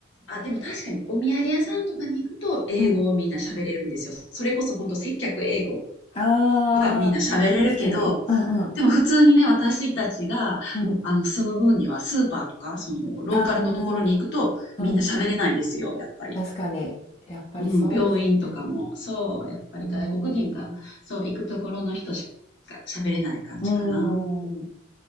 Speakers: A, on the left; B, on the left.
A: あ、でも確かにお土産屋さんとかに行くと英語をみんな喋れるんですよ。
B: うんうん。
A: それこそ本当接客英語
B: ああ、
A: はみんな喋れるけど、
B: 確かに。うんうん。
A: でも普通にね、私たちが、
B: うん。
A: んあの、住む分にはスーパーとか、その、ローカルのところに行くとみんな喋れないですよ、
B: ああ、うん。
A: やっぱり。
B: 確かに。やっぱりそうですよね。
A: うん、病院とかも、そう、やっぱり外国人が、
B: うーん。
A: そう、行くところの人しか喋れない感じかな。
B: うーん。